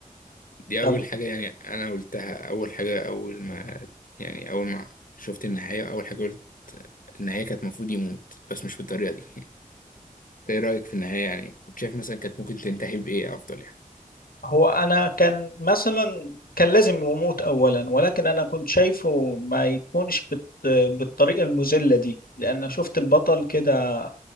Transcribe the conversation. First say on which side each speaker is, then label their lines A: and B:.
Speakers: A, on the left; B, on the left.
A: دي
B: طب
A: اول حاجه يعني انا قلتها اول حاجه اول ما يعني اول ما شفت النهايه اول حاجه قلت النهايه كانت المفروض يموت بس مش بالطريقه دي <laughs> انت ايه رايك في النهايه يعني كنت شايف مثلا كانت ممكن تنتهي بايه افضل يعني
B: هو انا كان مثلا كان لازم يموت اولا ولكن انا كنت شايفه ما يكونش بت... بالطريقه المذله دي لان شفت البطل كده